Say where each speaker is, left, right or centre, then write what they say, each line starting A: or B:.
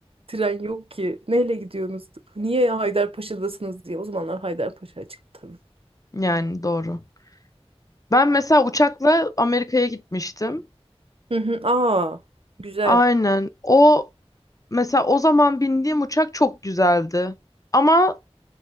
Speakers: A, on the right (about 60°); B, on the left (about 30°).
A: Tren yok ki. Neyle gidiyorsunuz? Niye Haydarpaşa'dasınız diye. O zamanlar Haydarpaşa çıktı tabii.
B: Yani doğru. Ben mesela uçakla Amerika'ya gitmiştim.
A: Hı hı. Aa, güzel.
B: Aynen. O mesela o zaman bindiğim uçak çok güzeldi. Ama